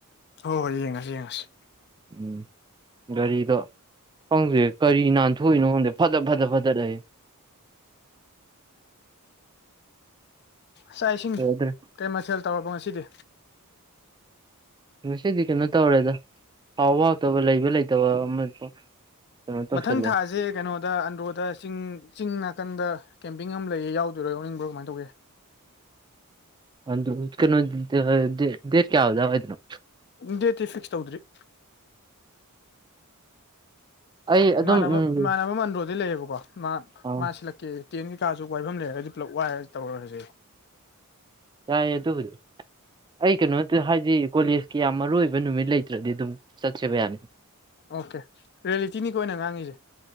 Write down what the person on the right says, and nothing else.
ꯎꯝ ꯒꯥꯔꯤꯗꯣ ꯈꯪꯗꯦ ꯀꯔꯤ ꯅꯥꯟꯊꯣꯛꯏꯅꯣ ꯈꯪꯗꯦ ꯐꯗꯠ ꯐꯗꯠ ꯐꯗꯠ ꯑꯌꯦ
ꯌꯥꯗ꯭ꯔꯦ
ꯉꯁꯤꯗꯤ ꯀꯩꯅꯣ ꯇꯧꯔꯦꯗ ꯍꯥꯎ ꯍꯥꯎꯇꯕ ꯂꯩꯕ ꯂꯩꯇꯕ ꯑꯃ ꯀꯩꯅꯣ ꯇꯧꯁꯜꯂꯦ
ꯑꯟꯗ꯭ꯔꯣ ꯀꯩꯅꯣ ꯑꯥ ꯗꯦꯠ ꯗꯦꯠ ꯀꯌꯥ ꯑꯗꯋꯥꯏꯗꯅꯣ
ꯑꯩ ꯑꯗꯨꯝ
ꯎꯝ
ꯑꯥ
ꯌꯥꯏꯌꯦ ꯑꯗꯨꯕꯨꯗꯤ ꯑꯩ ꯀꯩꯅꯣ ꯍꯥꯏꯗꯤ ꯀꯣꯂꯦꯖꯀꯤ ꯌꯥꯝ ꯃꯔꯨ ꯑꯣꯏꯕ ꯅꯨꯃꯤꯠ ꯂꯩꯇ꯭ꯔꯗꯤ ꯑꯗꯨꯝ ꯆꯠꯁꯦꯕ ꯌꯥꯅꯤ